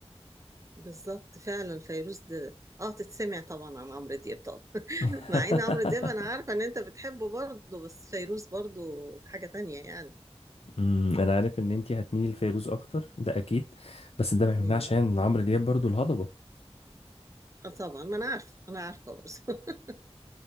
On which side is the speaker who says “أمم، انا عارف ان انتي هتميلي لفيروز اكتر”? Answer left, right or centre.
Left